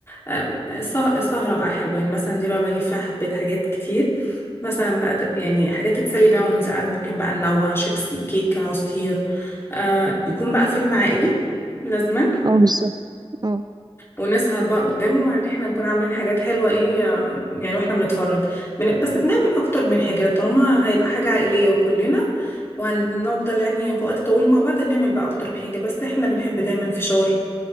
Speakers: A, on the left; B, on the right.
A: أم، السه- السهرة بقى حلوة يعني مثلا دي بقى بجيب فيها حبيت حاجات كتير مثلا بقى ت- يعني حاجات تتسلي بيها وانت قاعدة ممكن بقى ننوع شيبسي كيكة عصير آه يكون بقى فيلم عائلي لازما
B: اه بالظبط اه
A: ونسهر بقى قدامه مع ان احنا نكون عاملين حاجات حلوة ايه يعني واحنا بنتفرج بن... بس بنعمل اكتر من حاجة طالما هيبقى حاجة عائلية وكلنا وهنفضل يعني في وقت طويل مع بعض نعمل بقى اكتر من حاجة بس احنا بنحب دايما فشار